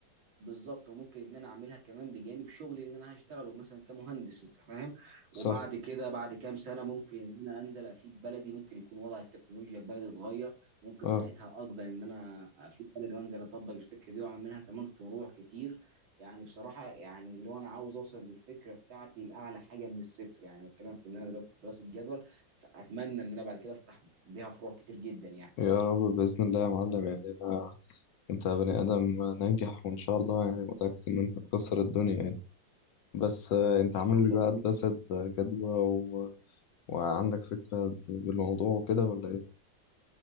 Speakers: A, on the right (about 80°); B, on the left (about 70°).
A: بالظبط وممكن ان انا اعملها كمان بجانب شغلي اللي انا هشتغله مثلا كمهندس انت فاهم
B: صح
A: وبعد كده بعد كام سنه ممكن ان انا انزل افيد بلدي ممكن يكون وضع التكنولوجيا في بلدي اتغير ممكن
B: اه
A: ساعتها اقدر ان انا افيد بلدي وانزل اطبق الفكره دي واعمل منها كمان فروع كتير يعني بصراحه يعني اللي هو انا عاوز اوصل بالفكره بتاعتي لاعلى حاجه من الصفر يعني بتكلم في ان انا دلوقتي في دراسه جدول فاتمنى ان انا بعد كده افتح بيها فروع كتير جدا يعني
B: يا رب بإذن الله يا معلم يعني أنا أنت بني آدم ناجح وإن شاء الله يعني متأكد إن أنت تكسر الدنيا يعني بس آه، أنت
A: ان
B: عامل
A: شاء الله
B: لك بقى دراسة جدوى و... وعندك فكرة بالموضوع وكده ولا إيه؟